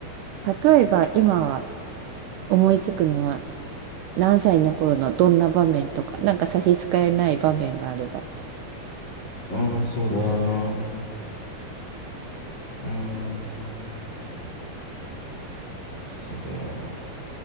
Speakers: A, on the right; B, on the left.
A: だ。例えば、今思いつくのは、何歳の頃のどんな場面とか、なんか差し支えない場面があれば。
B: ああ、そうだな。うーん、そうだな。